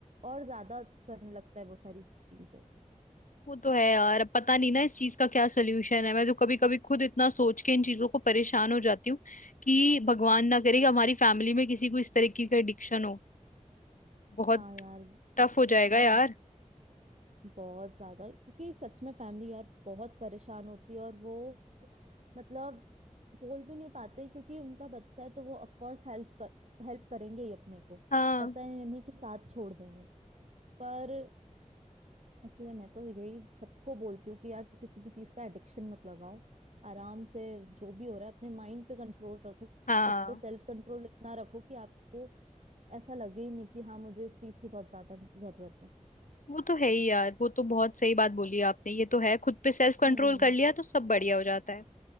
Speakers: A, on the right; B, on the left.
A: और ज्यादा करने लगता है वो सारी चीजें
B: वो तो है यार अब पता नहीं ना इस चीज का क्या सोल्यूशन है मैं तो कभी कभी खुद इतना सोच के इन चीजों को परेशान हो जाती हूँ कि भगवान ना करे कि हमारी फैमिली में किसी को इस तरीके का एडिक्शन हो बहुत
A: हाँ यार म-
B: टफ हो
A: मतलब
B: जाएगा यार
A: बहुत ज्यादा क्योंकि सच में फैमिली यार बहुत परेशान होती है और वो मतलब बोल भी नहीं पाते क्योंकि उनका बच्चा है तो वो ऑफ कोर्स हेल्प कर, हेल्प करेंगे ही अपने को
B: हाँ
A: ऐसा नहीं कि साथ छोड़ देंगे पर इसलिए मैं तो यही सबको बोलती हूँ कि यार किसी भी चीज का एडिक्शन मत लगाओ आराम से जो भी हो रहा है अपने माइंड पे कंट्रोल रखो
B: हाँ
A: खुद पे सेल्फ कंट्रोल इतना रखो कि आपको ऐसा लगे ही नहीं कि हाँ मुझे इस चीज की बहुत ज्यादा जरूरत है
B: वो तो है ही यार वो तो बहुत सही बात बोली आपने ये तो है खुद पे सेल्फ कंट्रोल
A: हम्म
B: कर लिया तो सब बढ़िया हो जाता है